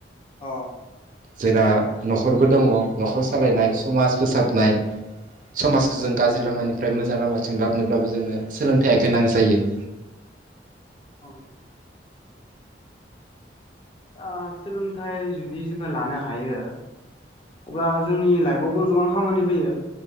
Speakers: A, on the left (about 30°); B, on the right (about 45°).
A: अ।
B: जोंना न'खरबो दङ न'खर सालायनाय समाज फोसाबनाय। समाजखौ जों गाज्रि लामानिफ्राय मोजां लामाथिं लाबोनोब्लाबो जोंनो सोलोंथाया गोनां जायो।
A: औ ओ सोलोंथाइ जुदि जोङो लानो हायो अब्ला जोंनि लाइफआवबो गोबां खामानि फैयो